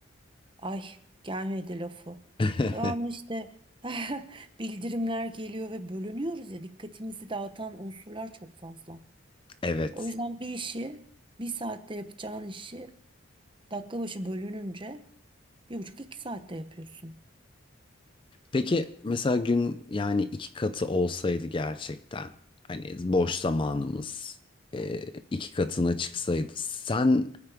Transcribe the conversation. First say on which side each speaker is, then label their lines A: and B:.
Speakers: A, on the right; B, on the left.
A: ay gelmedi lafı.
B: <laughs>
A: Devamlı işte <laughs> bildirimler geliyor ve bölünüyoruz ya dikkatimizi dağıtan unsurlar çok fazla.
B: Evet.
A: O yüzden bir işi bir saatte yapacağın işi dakika başı bölününce bir buçuk iki saatte yapıyorsun.
B: Peki mesela gün yani iki katı olsaydı gerçekten hani boş zamanımız e, iki katına çıksaydı sen